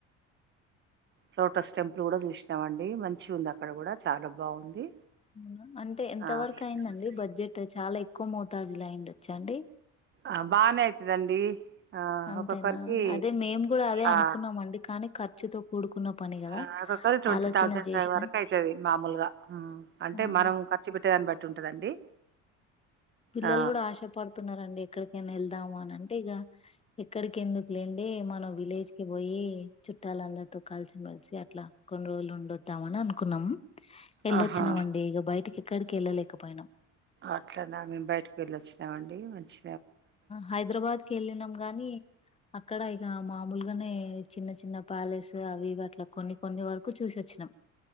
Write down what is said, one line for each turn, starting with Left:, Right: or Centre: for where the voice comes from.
Right: లోటస్ టెంపుల్ కూడా చూసినామండి మంచి ఉంది అక్కడ కూడా చాలా బాగుంది
Left: అవునా అంటే ఎంత
Right: ఆ
Left: వరకు అయిందండి
Right: చూసొచ్చాం.
Left: బడ్జెట్ చాలా ఎక్కువ మోతాదులో అయ్యుండొచ్చా అండి
Right: ఆ బానే అయితదండి ఆ
Left: అంతేనా
Right: ఒక్కొక్కరికి
Left: అదే మేము కూడా అదే అనుకున్నామండి
Right: ఆ
Left: కానీ ఖర్చుతో కూడుకున్న పని కదా
Right: ఆ ఒక్కొక్కరు ట్వంటీ
Left: ఆలోచన
Right: థౌజండ్
Left: చేసిన
Right: వరకు అయితది మామూలుగా అంటే
Left: ఆ
Right: మరమ్ ఖర్చు పెట్టే దాన్ని బట్టి ఉంటదండి
Left: పిల్లలు
Right: ఆ
Left: కూడా ఆశ పడుతున్నారండి ఎక్కడికైనా వెళ్దామ అని అంటే ఇగ ఎక్కడికి ఎందుకు లేండి మన విలేజ్ కి పోయి చుట్టాలందరితో కలిసి మెలసి అట్లా కొన్ని రోజులు ఉండోద్దాము అని అనుకున్నాము ఎళ్ళొచ్చినామండి
Right: ఆహా
Left: ఇగ బయటికి ఎక్కడికి వెళ్ళలేకపోయినాం
Right: అట్లనా మేము బయటకి వెళ్ళొచ్చినాం అండి మంచి
Left: హైదరాబాద్ కి వెళ్ళినాం గాని అక్కడ ఇగ మామూలుగా నే చిన్న చిన్న ప్యాలెస్ అవి ఇవి అట్ల కొన్ని కొన్ని వరకు చూసి వచ్చినాం